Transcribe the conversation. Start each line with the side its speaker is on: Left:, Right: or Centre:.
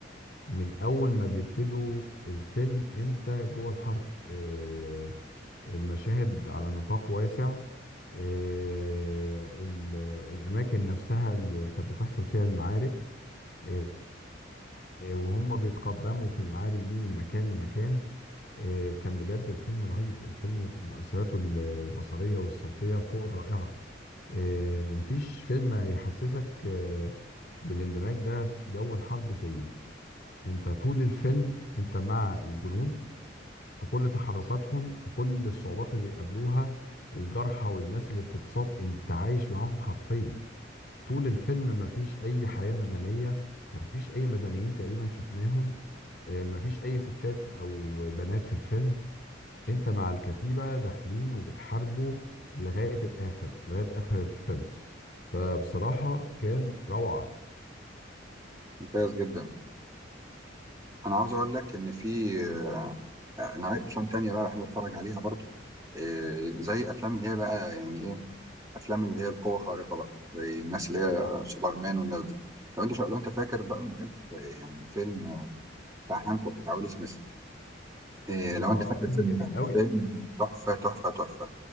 Left: من اول ما بيبتدوا الفيلم انت جوه الحرب آه، المشاهد على نطاق واسع آه، ال- الاماكن نفسها اللي كانت بتحصل فيها المعارك آه، وهم بيتقدموا في المعارك دي من مكان لمكان آه، كان بجد الفيلم رهيب الفيلم مؤثراته البصرية والصوتية فوق الرائعة آه، مفيش فيلم يحسسك آه، بالاندماج ده في جو الحرب زيه انت طول الفيلم انت مع الجنود في كل تحركاتهم في كل الصعوبات اللي بيقابلوها الجرحى والناس اللي بتتصاب انت عايش معاهم حرفيا طول الفيلم مفيش اي حياة مدنية مفيش اي مدنيين تقريبا شفناهم اه، مفيش اي ستات او بنات في الفيلم انت مع الكتيبة داخلين وبتحاربوا لغاية الاخر لغاية اخر الفيلم فبصراحة كان روعة
Right: ممتاز جدا انا عاوز اقول لك ان في آه، آه، نوعية افلام تانية بقى بحب اتفرج عليها برضو آه، زي افلام اللي هي بقى يعني ايه افلام اللي هي القوه الخارقه بقى زي الناس اللي هي
Left: اه
Right: سوبرمان والناس دي لو انت شا... لو انت فاكر بقى بنحب يعني فيلم بتاع هانكوك بتاع ويل سميث إيه
Left: الله
Right: لو انت فاكر الفيلم
Left: فيلم جميل
Right: ده
Left: قوي
Right: فيلم تحفه تحفه تحفه